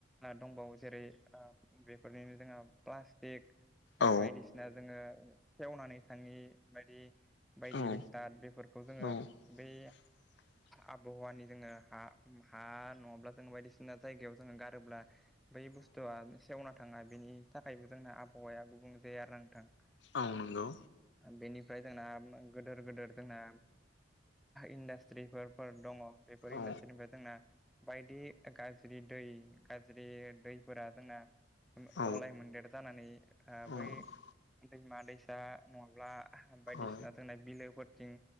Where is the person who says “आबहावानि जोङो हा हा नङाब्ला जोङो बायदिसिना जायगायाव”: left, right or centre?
Centre